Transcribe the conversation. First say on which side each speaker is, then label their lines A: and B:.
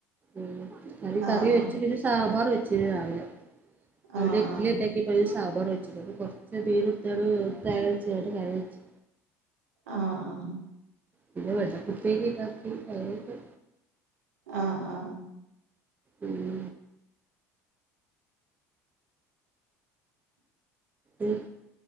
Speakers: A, on the right (about 20°); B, on the right (about 80°).
A: ഉം കറി കറി
B: ആഹ് ആഹ്
A: വെച്ചിട്ടിനി സാമ്പാർ വെച്ചിനി രാവിലെ രാവിലെ
B: ആഹ്
A: ഇഡലി
B: ആഹ്
A: എണ്ടാക്കീ ല് സാമ്പാർ വെച്ചിന് അപ്പൊ കൊറച്ച് അതീന്ന് എടുത്താണ് തേങ്ങരച്ച്ങ്ങാണ്ട് കറി വെച്ച്
B: ആഹ് ആഹ്
A: പിന്നെ വെണ്ടക്കുപ്പേരി ഇണ്ടാക്കി അതന്നെ
B: ആഹ് ആഹ്
A: ഉം ഉം